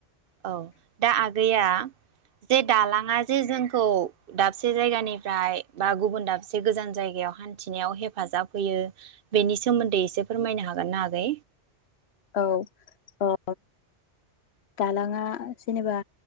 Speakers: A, on the right; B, on the left.
A: औ दा आगैया जे दालाङा जे जोंखौ दाबसे जायगानिफ्राय बा गुबुन दाबसे गोजान जायगायाव हान्थिनायाव हेफाजाब होयो बेनि सोमोन्दै एसे फोरमायनो हागोन ना आगै?
B: औ औ। दालाङा जेनेबा